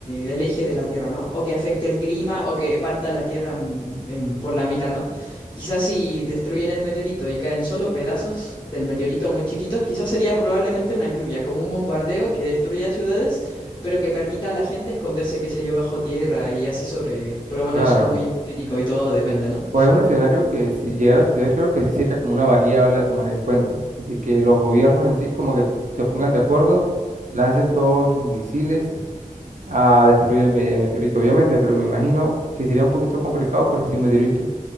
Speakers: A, on the left; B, on the right.
A: el eje de la Tierra, ¿no? O que afecte el clima o que parta la Tierra mm, en- por la mitad, ¿no? Quizás si destruyen el meteorito y caen solo pedazos del meteorito muy chiquitos, quizás sería probablemente una lluvia, como un bombardeo que destruya ciudades pero que permita a la gente esconderse, que se yo, bajo tierra y así sobrevivir. Pero bueno,
B: Claro.
A: eso es muy hipotético y todo depende, ¿no?
B: Pues es un escenario que si llegara a suceder, creo que sí sería como una variable a tomar en cuenta, de que los gobiernos en sí como que se pongan de acuerdo, lancen todos sus misiles a destruir el me- el meteorito, obviamente, pero me imagino que sería un poquito complicado porque si un meteorito